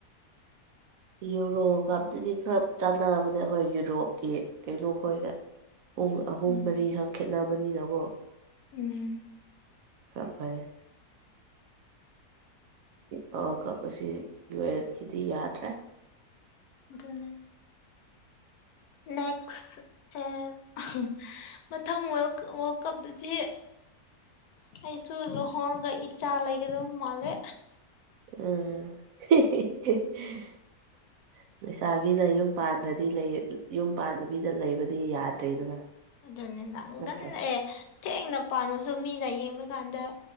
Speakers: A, on the right; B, on the left.
A: ꯌꯨꯔꯣꯀꯥꯞꯇꯗꯤ ꯈꯔ ꯆꯥꯟꯅꯕꯅꯦ ꯑꯈꯣꯏ ꯌꯨꯔꯣꯞꯀꯤ ꯀꯩꯅꯣ ꯈꯣꯏꯒ ꯄꯨꯡ ꯑꯍꯨꯝ
B: ꯎꯝ
A: ꯃꯔꯤꯈꯛ ꯈꯦꯠꯅꯕꯅꯤꯅꯀꯣ
B: ꯎꯝ
A: ꯈꯔ ꯐꯩꯌꯦ ꯋꯥꯔꯜ ꯀꯞ ꯑꯁꯤ ꯌꯨꯑꯦꯞꯀꯤꯗꯤ ꯌꯥꯗ꯭ꯔꯦ
B: ꯑꯗꯨꯅꯦ ꯅꯦꯛꯁ ꯑꯦ <unintelligible> <unintelligible> ꯃꯊꯪ ꯋꯥꯔꯜ ꯋꯥꯔꯜ ꯀꯞꯇꯗꯤ ꯑꯩꯁꯨ ꯂꯨꯍꯣꯡꯉꯒ ꯏꯆꯥ ꯂꯩꯒꯗꯕ ꯃꯥꯜꯂꯦ
A: ꯑ‌ <unintelligible> ꯂꯩꯁꯥꯕꯤꯅ ꯌꯨꯝ ꯄꯥꯟꯗ꯭ꯔꯗꯤ <unintelligible> ꯌꯨꯝ ꯄꯥꯟꯗꯕꯤꯗ ꯂꯩꯕꯗꯤ ꯌꯥꯗ꯭ꯔꯦꯗꯅ
B: ꯑꯗꯨꯅꯦꯅ ꯉꯟꯅ
A: ꯅꯠꯇ꯭ꯔꯥ
B: ꯑꯦ ꯊꯦꯡꯅ ꯄꯥꯟꯂꯁꯨ ꯃꯤꯅ ꯌꯦꯡꯕ ꯀꯥꯟꯗ